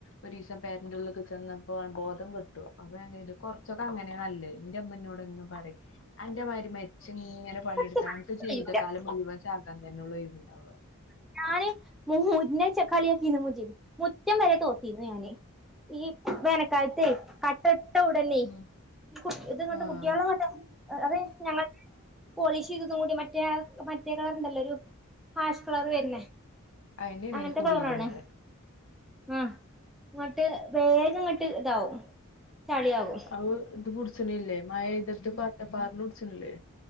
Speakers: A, on the left (about 60°); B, in the centre.
A: ഒരു ദിവസം പേരന്റഉള്ളിക്ക് ചെന്നപ്പോ ബോധം കെട്ടു കെട്ടു അപ്പൊ ഞാൻ കരുതി കൊറച്ചൊക്കെ അങ്ങനെ നല്ലത് എന്റെ ഉമ്മന്നോട് എന്നും പറിം അന്റെമാതിരി മരിച്ചു ഇങ്ങനെ പണിയെടുത്ത്
B: സത്യം പറഞ്ഞാ ഇച്ച്
A: ജീവിതകാലം
B: കയ്യൂല
A: മുഴുവൻ ചാകാൻ തന്നെ ഒഴിവുണ്ടാക
B: <unintelligible> ഈ വേനക്കാലത്തെ കട്ട ഇട്ട ഉടനെ
A: ഉം
B: <unintelligible> ഇത് ഇങ്ങോട്ട്
A: ആഹ്
B: കുട്ടികള്ങ്ങോട്ട് അതെ ഞങ്ങൾ പോളിഷ് ചെയ്തതും കൂടി മറ്റേ മറ്റേ കളറില്ല ഒരു ഹാഷ് കളർ വരുന്ന
A: അയിനേണ്
B: അങ്ങൻത്തെ
A: കുടിയിലും
B: കളറാണ്
A: മഴ
B: ആഹ് ഇങ്ങട്ട് വേഗം ഇങ്ങട്ട് ഇതാവും ചളിയാവും
A: അഹ് ഇത് പിടിച്ണ്ല്ലേ മഴയ്തിട്ട് ഇപ്പൊ അട്ടപ്പാറല് പിടിച്ണില്ലേ